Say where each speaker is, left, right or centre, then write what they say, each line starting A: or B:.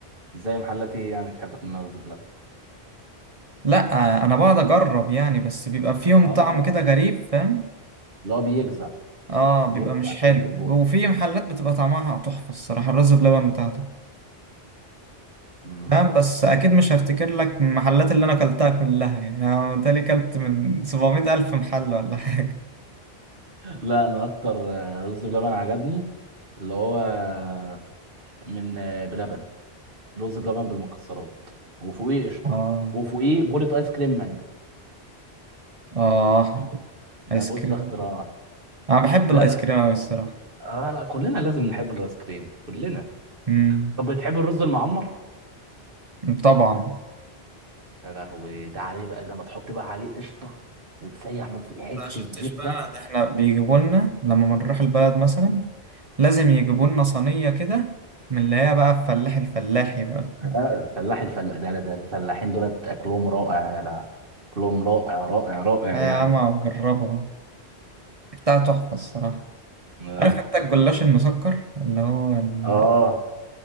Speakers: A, on the right (about 55°); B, on the right (about 35°).
A: زي محلات ايه يعني مش بتحب تاكل منها رز بلبن
B: لا انا بقعد اجرب يعني بس بيبقى فيهم
A: اه
B: طعم كده غريب فاهم
A: اللي هو بيجزع
B: اه بيبقى
A: بيجزع
B: مش حلو
A: كده في البوق
B: وفي محلات بتبقى طعمها تحفة الصراحة الرز بلبن بتاعته
A: مم.
B: فاهم بس أكيد مش هفتكر لك المحلات اللي أنا كلتها كلها يعني أنا متهيألي كلت من 700 ألف محل ولا حاجة
A: لا انا اكتر آه، رز بلبن عجبني اللي هو آه، من آه، بلبن رز بلبن بالمكسرات وفوقيه قشطه
B: اه
A: وفوقيه بولة ايس كريم مانجا
B: اه
A: ده
B: آيس
A: بص
B: كريم
A: ده اختراع
B: أنا بحب
A: لا
B: الآيس
A: لا
B: كريم أوي الصراحة
A: آه لا كلنا لازم نحب الايس كريم كلنا
B: امم
A: طب بتحب الرز المعمر
B: طبعا
A: يا لهوي ده عليه بقى لما تحط بقى عليه قشطه وتسيح من فوق حته
B: ما شفتش
A: زبده
B: بقى ده احنا بيجيبوا لنا لما بنروح البلد مثلا لازم يجيبوا لنا صينية كده من اللي هي بقى الفلاح الفلاحي بقى
A: لا الفلاح الفلا ده, ده ده الفلاحين دولت اكلهم رائع لا اكلهم رائع رائع رائع
B: آه يا
A: يعني
B: عم أجربه بتاع تحفة الصراحة
A: اه
B: عارف انت الجلاش
A: آه.
B: المسكر اللي هو ال...
A: آه.